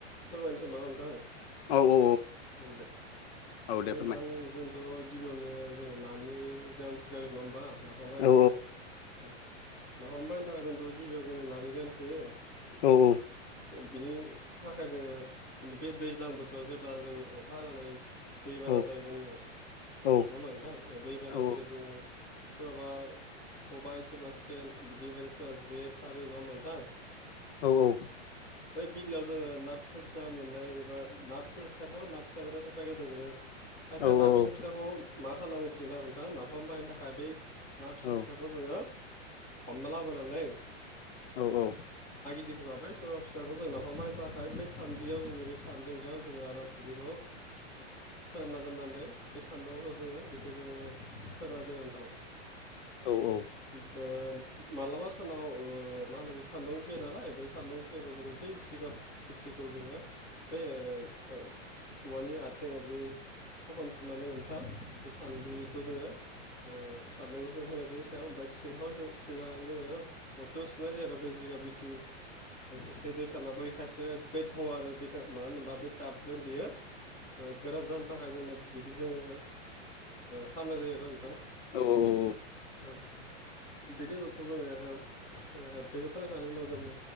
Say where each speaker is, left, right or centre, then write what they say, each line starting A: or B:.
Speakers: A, on the left; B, on the left.
A: फोरमायनोसै ना नोंथां। औ
B: औ औ
A: दे
B: औ
A: ओमफ्राय
B: दे फोरमाय
A: दां जों थ' गिबियावनो जोङो नानि गोनांथि जागोन नङा होमबा नाफाम बायनो
B: औ
A: थाखाय औ नाफाम बायनो थाखाय जोंथ' गिबियाव जोंनो नानि गानसैायो
B: औ-औ
A: बिनि थाखाय जोङो जेन बे दैज्लां बोथोराव जेब्ला जों अखा हानानै दैबाना
B: औ
A: जायो जोंनियाव
B: औ
A: नङाोमा नोंथां दैबाना
B: औ
A: जेरै जोङो सोरबा खबायाइ सोरबा सेन बिदि बायदि सोरबा जे सारि न' मोनथां?
B: औ-औ
A: बेमफ्राय बिललिआव जोङो ना फिसा फिसा मोननाय एबा ना फिसा खायफाबो ना फिसा मोनो खायफाया गेदेर मोनो। खायफाया
B: औ
A: ना
B: औ
A: फिसा
B: औ
A: फिसाखौ मा खालामना मोनथिगोन आरो नोंथां नाफाम बाहायनो थाखाय बै ना फिसा
B: औ
A: फिसाखौ जोङो हमना लाबोनानै
B: औ-औ।
A: बि गो जाबाय सोरबा फिसाखौ जों नाफामनायनि थाखाय बै सान्द्रियाव जोंनि बे सान्द्रिगायाव जोङो आरामसे बेखौ ओ फोरानना दोननानै बे सान्दुं जोङो बि खौ जोङो फोरना दोनो नोंथां।
B: औ-औ।
A: ओ मालाबा सानाव मा होनो बे सान्दुं फैया नालाय बै सान्दुं फैयोबा जों बै जिगाब गिसिखौ जोङो बै ओ औवानि आथिं आरो बे थखन थुनानै मोनथाम बे सान्द्रिखौ जोङो ओ सारनायखौ जों होनाय जायो सायाव ओफ्राय सिाव सिंहा जोङो अरखौ सुनाय जायो आरो जिगाब बे एसे दै साननाबोखायसो बे थङ आरो बे मानो होनबा बे टाबजों बियो गोरान जानो थाखाय जोंनो बिदि जोङो खालामनाय जायो आरो नोंथा।
B: औ-औ-औ।
A: औ बेनि उनावथ' जोङो बेखौ फोरोंखांनायनि उनाव जोनो